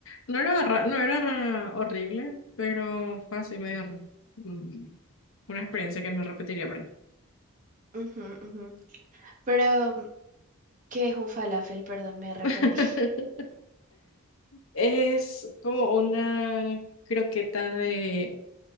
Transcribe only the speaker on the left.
No era, ra- no era ra- horrible, pero fue así medio r- mm, una experiencia que no repetiría por ahí.
<laughs>
Es como una croqueta de,